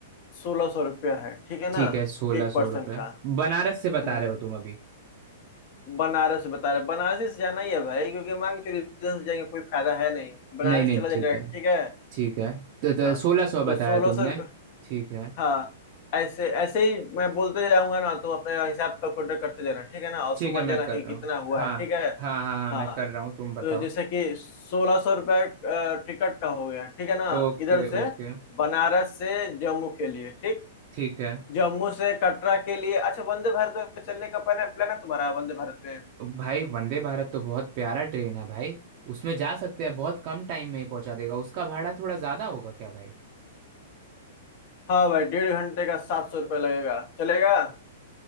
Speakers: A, on the left; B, on the right.
A: सोलह सौ रुपया है ठीक है ना
B: ठीक है सोलह
A: एक
B: सौ
A: पर्सन
B: रुपये
A: का
B: बनारस से बता
A: हम्म
B: रहे हो तुम अभी
A: बनारस बता रहे बनारस से जाना ही है भाई क्योंकि मांग चोरी इधर से जाएंगे कोई फायदा है नहीं बनारस
B: नहीं नहीं
A: चला जाए
B: ठीक
A: डायरेक्ट
B: है
A: ठीक है
B: ठीक है तो, तो
A: हाँ
B: सोलह सौ बताया
A: तो सोलह
B: तुमने
A: सौ रुपये
B: ठीक है
A: हाँ ऐसे ऐसे ही मैं बोलते जाऊंगा ना तुम अपने हिसाब कैलकुलेटर करते जाना ठीक है ना और
B: ठीक
A: समझ
B: है मैं
A: जाना
B: कर
A: कि
B: रहा
A: कितना
B: हूँ
A: हुआ
B: हाँ
A: है ठीक है
B: हाँ हाँ हाँ मैं
A: हाँ
B: कर रहा हूँ तुम बताओ
A: तो जैसे कि सोलह सौ रुपये टिकट का हो गया ठीक है ना
B: Okay
A: इधर से
B: okay
A: बनारस से जम्मू के लिए ठीक
B: ठीक है
A: जम्मू से कटरा के लिए अच्छा वंदे भारत में चलने का पहले प्लान है तुम्हारा वंदे भारत में
B: भाई वंदे भारत तो बहुत प्यारा ट्रेन है भाई उसमें जा सकते हैं बहुत कम टाइम में ही पहुंचा देगा उसका भाड़ा थोड़ा ज्यादा होगा क्या भाई
A: हाँ भाई डेढ़ घंटे का सात सौ रुपये लगेगा चलेगा